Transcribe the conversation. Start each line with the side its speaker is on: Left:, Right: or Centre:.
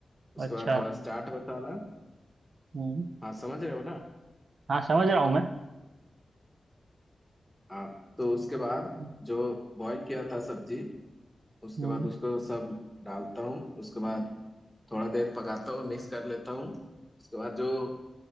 Centre: उसके
Right: अच्छा
Centre: बाद थोड़ा चाट मसाला
Right: हम्म
Centre: हाँ समझ रहे हो ना
Right: हाँ समझ रहा हूँ मैं
Centre: हाँ तो उसके बाद
Right: हम्म
Centre: जो बॉईल किया था सब्जी उसके
Right: हम्म,
Centre: बाद उसको सब डालता हूँ उसके बाद थोड़ा देर पकाता हूँ मिक्स कर लेता हूँ उसके बाद जो